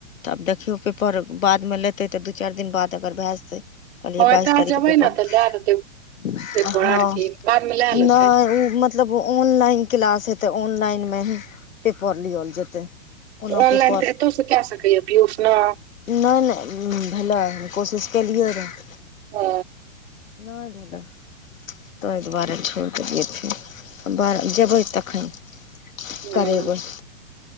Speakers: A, on the left (about 80°); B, on the right (about 55°).
A: तऽ आब देखियौ पेपर बादमे लेतै तऽ दू चारि दिन बाद अगर भए जेतै कहलियए
B: हँ
A: बाइस
B: एतऽ
A: तारीखकेँ
B: जेबै
A: पेपर
B: ने तऽ
A: हँ
B: लए देतै पेपर आर
A: नहि ओ
B: के बाद मे लए लेतै
A: मत मतलब ऑनलाइन क्लास हेतै ऑनलाइनमे ही पेपर लियल जेतै ओना
B: तऽ ऑनलाइन
A: पेपर
B: एतोसँ केय सकैय यऽ पियूस न
A: नहि नहि भेलै कोशिश केलियै रहै
B: ओ
A: नहि भेलै ताहि दुआरे छोड़ि देलिये फेन बड़ जेबै तखैन
B: हँ
A: करेबै